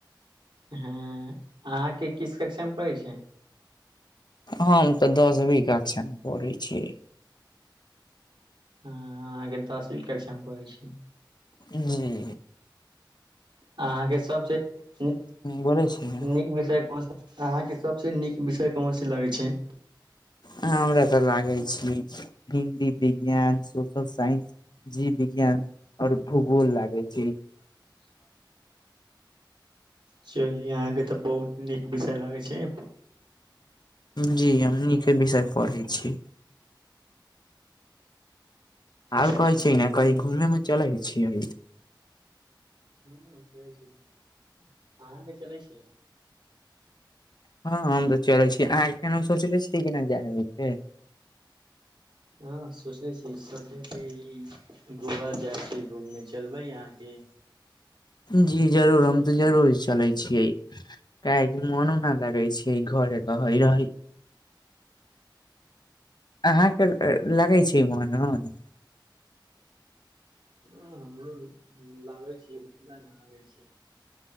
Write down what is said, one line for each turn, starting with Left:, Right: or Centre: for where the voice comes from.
Right: हँ अहाँके किस कक्षा मे पढै छीयै?
Left: हम तऽ दसवीं कक्षा मे पढ़ै छियै।
Right: हँ अहाँके दसवीं कक्षा मे पढ़ै छीयै।
Left: जी।
Right: अहाँके सबसे नीक
Left: बोलै छी ने
Right: नीक विषय कोन सा? अहाँके सबसे नीक विषय कोनसा लागे छै?
Left: अहाँ हमरा तऽ लागै छी हिन्दी, विज्ञान, सोशल साइंस। जीव विज्ञान और भूगोल लागै छै।
Right: <unintelligible> चलि अहाँके तऽ बहुत नीक विषय लागै छै।
Left: जी हम नीके विषय पढ़ै छी। आरो
Right: चलिए,
Left: कहै छीयै ने कहीं घूमे उमे चलै छियै?
Right: ह चलै छै, अहाँके चलै छै?
Left: हां हम तऽ चलै छी, अहाँ केहनो सोचले छीये कि नै जाय आबै के।
Right: हां सोचनेे छी, सोचे छीये ई गोवा जाय छी घूमने चलबै अहाँ कि।
Left: जी जरूर हम तऽ जरूर चलै छियै। काहे कि मनो ना लगै छै ई घरे रहै रहै अहाँ के ए लागै छै मोन-उन।
Right: हां हमरो लागै छी ना लागै छै।